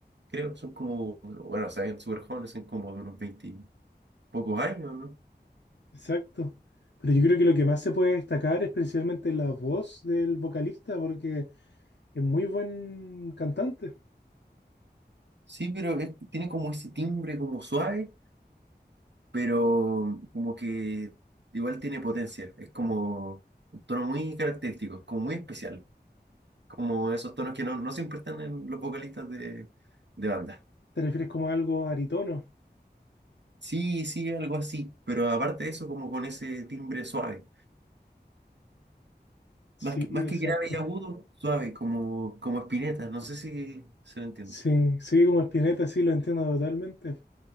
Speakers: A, on the right; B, on the left.
A: creo. Son como, bueno, saben, súper jóvenes, son como de unos 20 y pocos años, ¿no?
B: Exacto. Pero yo creo que lo que más se puede destacar es precisamente la voz del vocalista, porque es muy buen cantante.
A: Sí, pero es- tiene como ese timbre como suave, pero como que igual tiene potencia. Es como un tono muy característico, es como muy especial. Como esos tonos que no, no siempre están en los vocalistas de, de banda.
B: ¿Te refieres como a algo aritono?
A: Sí, sí, algo así, pero aparte de eso, como con ese timbre suave.
B: Sí,
A: Más que, más
B: exacto.
A: que grave y agudo, suave, como, como Spinetta. No sé si se lo entiende.
B: Sí, sí, como Spinetta, sí, lo entiendo totalmente.